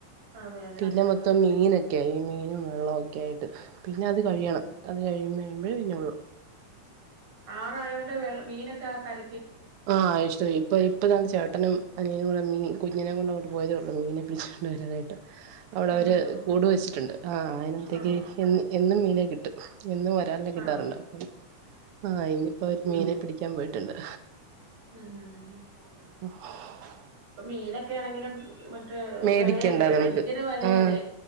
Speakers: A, on the right; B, on the right.
A: അതെ അതെ
B: പിന്നെ
A: അതെ
B: മൊത്തം
A: ആഹ്
B: മീനൊക്കെ ഈ മീനും വെള്ളോം ഒക്കെയായിട്ട് പിന്നെ അത് കഴിയണം
A: ഉം
B: അത് കഴിഞ്ഞുകഴിയുമ്പോ പിന്നൊള്ളു
A: ആറായതോണ്ട് വെള്ള മീനൊക്കെ കര
B: ആഹ് ഇഷടവാ ഈ ഇപ്പൊ ഇപ്പോൾതാങ്ങ് ചേട്ടനും അനിയനും കൂടെ മീൻ കുഞ്ഞിനേ കൊണ്ട് അങ്ങോട്ട് പോയതേ ഉള്ളു മീൻ പിടിച്ചുകൊണ്ട് വരാനായിട്ട് <unintelligible> അവിടെ
A: ആഹ്
B: അവര്
A: ആഹ്
B: കൂട് വെച്ചിട്ടുണ്ട് ആഹ് അതിനകത്തേക്ക്
A: ആഹ്
B: എന്നും എന്നും മീനെ കിട്ടും എന്നും കിട്ടാറുണ്ട്
A: ആഹ്
B: ആഹ് ഇന്നിപ്പോ മീനെ പിടിക്കാൻ പോയിട്ടുണ്ട്
A: ഉംഹ് ഉംഹ്
B: <unintelligible>
A: ഇപ്പൊ മീനൊക്കെ ആണെങ്കിലും മറ്റേ
B: മേടിക്കണ്ട
A: വിലയല്ലേ
B: നമുക്ക്
A: ഭയങ്കര വിലയല്ലേ
B: ആഹ്